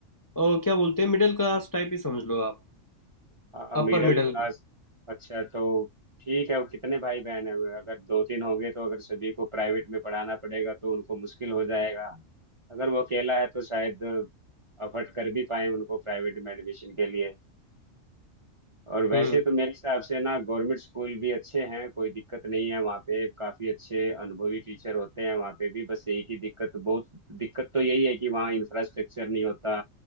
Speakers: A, on the left (about 25°); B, on the right (about 35°).
A: अ, क्या बोलते हैं मिडिल क्लास टाइप ही समझ लो आप
B: हाँ मिडिल
A: Upper middle
B: क्लास अच्छा तो ठीक है वो कितने भाई बहन है अगर दो तीन होंगे तो अगर सभी को प्राइवेट में पढ़ाना पड़ेगा तो उनको मुश्किल हो जाएगा अगर वो अकेला है तो शायद अफर्ट कर भी पाए उनको प्राइवेट में एडमिशन के लिए और वैसे
A: हम्म
B: तो मेरे हिसाब से ना गवर्नमेंट स्कूल भी अच्छे हैं कोई दिक्कत नहीं है वहाँ पे काफी अच्छे अनुभवी टीचर होते हैं वहाँ पे भी बस एक ही दिक्कत बहुत दिक्कत तो यही है कि वहाँ इंफ्रास्ट्रक्चर नहीं होता